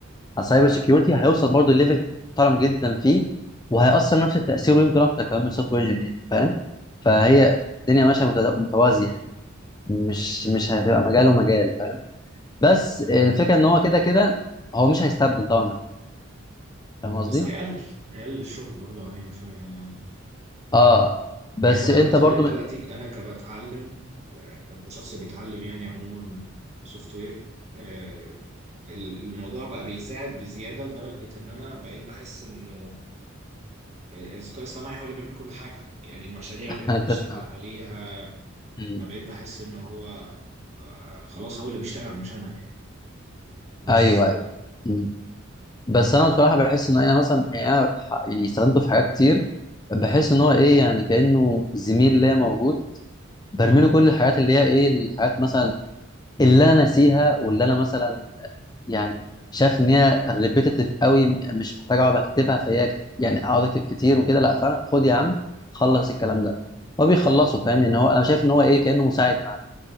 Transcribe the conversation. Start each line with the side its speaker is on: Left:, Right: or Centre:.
Left: على السايبر سيكيورتي هيوصل برضه ليفل محترم جدا فيه وهيأثر نفس التأثير ويمكن اكتر كمان من السوفت وير انجينير فاهم فهي
Right: امم
Left: الدنيا ماشيه متد- متوازيه يعني. مش
Right: امم
Left: مش هتبقى مجال ومجال فاهم بس الفكره
Right: انا فاهمك
Left: ان هو كده
Right: اه
Left: كده هو مش هيستبدل طبعا لمون فاهم قصدي
Right: بس هيقلل هيقلل الشغل برضه علينا شوية يعني
Left: اه بس
Right: يعني انا
Left: انت
Right: بالنسبة
Left: برضو
Right: لي دلوقتي
Left: م...
Right: انا كبتعلم آه، كشخص بيتعلم يعني عموما سوفت وير آه، ال- الموضوع بقى بيساعد بزيادة لدرجة ان انا بقيت بحس انه آه، الذكاء الاصطناعي هو اللي بيعمل كل حاجة يعني المشاريع
Left: <laughs>
Right: اللي احنا
Left: انت
Right: بنشتغل
Left: آه.
Right: عليها
Left: مم.
Right: انا بقيت بحس ان هو آه خلاص هو اللي بيشتغل مش انا يعني بس
Left: ايوه ايوه مم. بس انا بصراحه بحس ان انا مثلا يعني انا ح- يعني استخدمته في حاجات كتير بحس ان هو ايه يعني كانه زميل ليا موجود برمي
Right: اه
Left: له كل الحاجات اللي هي ايه الحاجات مثلا اللي انا ناسيها واللي انا مثلا يعني شايف ان هي ريبيتيتيف قوي مش محتاج اقعد اكتبها فهي كت- يعني اقعد اكتب كتير وكده لا فخد يا عم خلص الكلام ده هو بيخلصه فاهم يعني هو انا شايف ان هو ايه كانه مساعد معاك